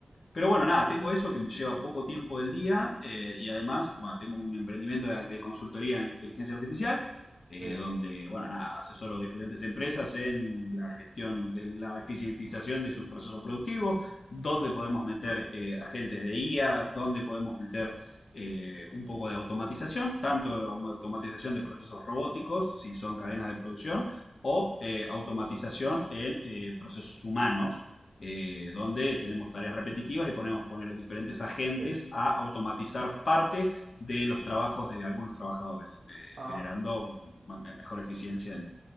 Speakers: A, on the left; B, on the right.
A: pero bueno, nada, tengo eso que me lleva poco tiempo del día eh, y además, bueno, tengo un emprendimiento de, de consultoría en inteligencia artificial, eh,
B: sí,
A: donde, bueno, nada, asesoro diferentes empresas en la gestión de la eficientización de sus procesos productivos, dónde podemos meter eh, agentes de IA, dónde podemos meter eh, un poco de automatización, tanto automatización de procesos robóticos, si son cadenas de producción, o eh, automatización en eh, procesos humanos, eh, donde tenemos tareas repetitivas y podemos poner diferentes agentes
B: sí.
A: a automatizar parte de los trabajos de algunos trabajadores, eh,
B: Ah,
A: generando mejor eficiencia en,